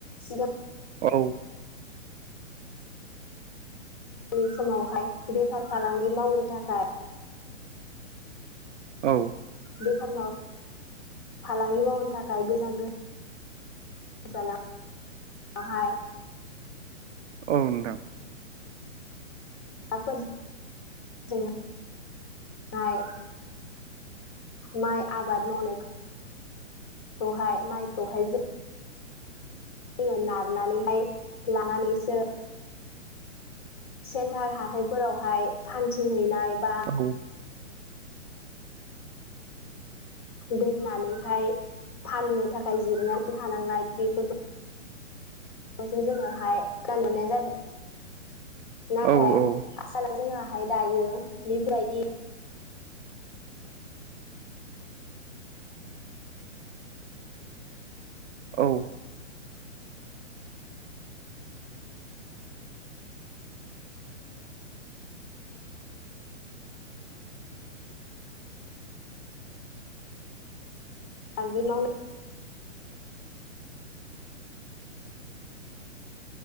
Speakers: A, on the left (about 20°); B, on the right (about 65°).
A: सिगां
B: औ
A: नि समावहाय बेफार फालांगि मावनो थाखाय
B: औ
A: बेफार फालांगि मावनो थाखाय गोजान गोजान गोजानावहाय
B: औ नोंथां
A: <unintelligible> माइ आबाद मावनायखौहाय माइखौहाय जों जोङो नारनानैहाय लानानैसो सेन्टार हाथायफोरावहाय फान्थिं हैैनाय बा
B: औ
A: दोननानैहाय फाननो थाखाय जिरायनानै थानांनाय बेफोरखौ खौसो जोङो हाय खोनानो मोननाय जादों नाथाय
B: औ औ
A: <unintelligible> जोंङोहाय दायो बेफोरबायदि
B: औ
A: <unintelligible> मावनो